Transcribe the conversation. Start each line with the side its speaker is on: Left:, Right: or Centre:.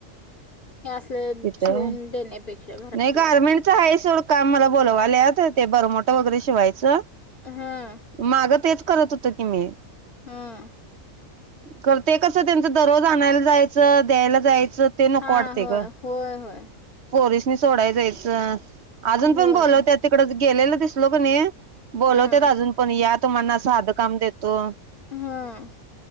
Left: हे असलं
Right: तिथं
Left: शिवून
Right: होय
Left: देण्यापेक्षा घरातल्या
Right: नाही गारमेंटच आहे सोड काम मला बोलवाल्यात ते बरामोट वगैरे शिवायचं
Left: हां
Right: माग तेच करत होत की मी
Left: हम
Right: खरं ते कसं त्यांच दररोज आणायला जायचं द्यायला जायचं यचं ते नको
Left: हां
Right: वाटतयं गं
Left: होय होय
Right: पोरीसनी सोडाय जायंचं अजून
Left: होय होय
Right: पण बोलवत्यात तिकडं केलेलो दिसलो कणी बोलवत्यात
Left: हां
Right: अजून पण या तुम्हाना साधकाम देतो
Left: हां